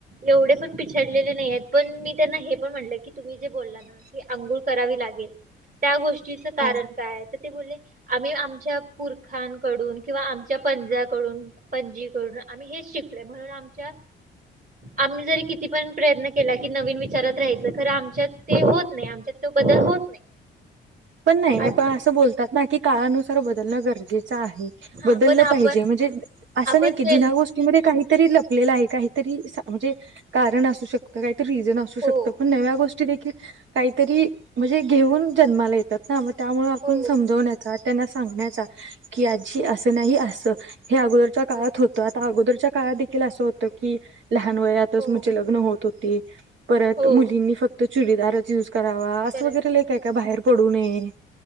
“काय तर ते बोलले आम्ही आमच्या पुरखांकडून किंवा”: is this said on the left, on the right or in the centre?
Right